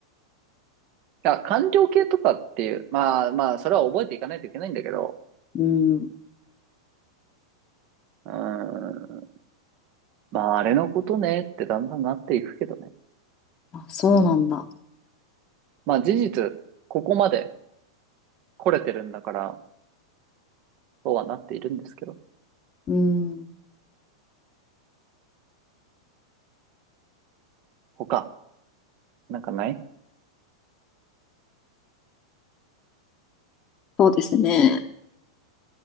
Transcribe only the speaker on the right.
あ、官僚系とかっていう、まあまあ、それは覚えていかないといけないんだけど、
うーん。まあ、あれのことねってだんだんなっていくけどね。
まあ、事実、ここまで来れてるんだから、そうはなっているんですけど。
他、なんかない